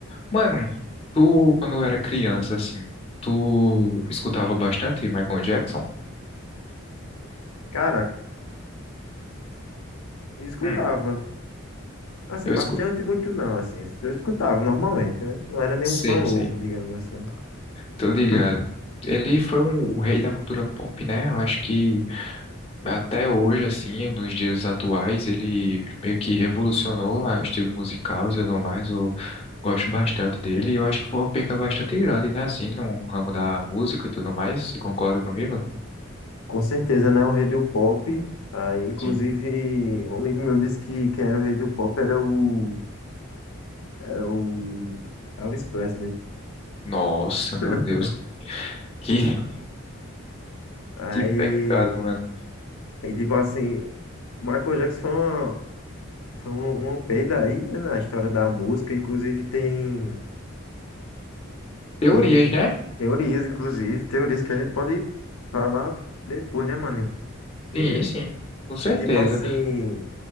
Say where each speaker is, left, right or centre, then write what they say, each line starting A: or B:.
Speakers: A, on the left; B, on the left.
A: Mano, tu, quando era criança, assim, tu escutava bastante Michael Jackson?
B: Cara, escutava.
A: Hum,
B: Assim,
A: eu
B: bastante,
A: escutei,
B: muito não, assim. Eu escutava normalmente, né? Não era nenhum
A: sei,
B: fã louco,
A: sei.
B: digamos assim.
A: Tô ligado.
B: Hum,
A: Ele foi um, o rei da cultura pop, né? Eu acho que até hoje, assim, nos dias atuais, ele meio que revolucionou ah, o estilo musical e tudo mais. Eu gosto bastante dele e eu acho que foi uma perca bastante grande, né? Assim, no ramo da música e tudo mais. Você concorda comigo?
B: com certeza, né? O Radio Pop. Aí, inclusive,
A: Sim.
B: um amigo meu disse que quem era o Radio Pop era o, era o Elvis Presley.
A: Nossa, meu
B: <laughs>
A: Deus. Que, <laughs>
B: Aí,
A: que pecado, mano.
B: aí tipo assim, o Michael Jackson foi uma, foi uma, uma perda aí, né, na história da música. Inclusive, tem,
A: Teorias,
B: tem
A: né?
B: teorias, inclusive, teorias que a gente pode falar depois, né, mano? Inclusive.
A: Sim, sim, com certeza.
B: E tipo assim,